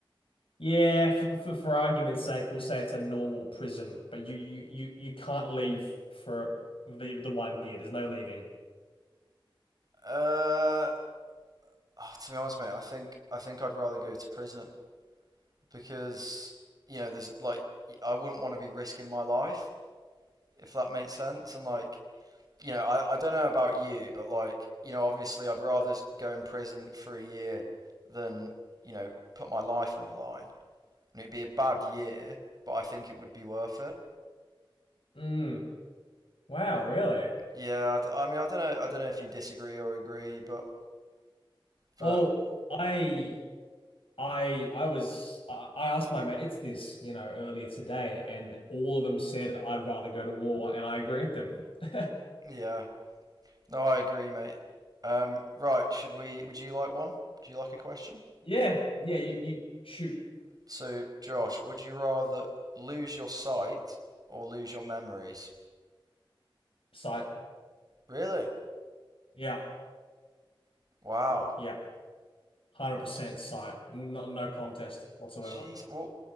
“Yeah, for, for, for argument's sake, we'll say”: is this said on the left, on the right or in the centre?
Left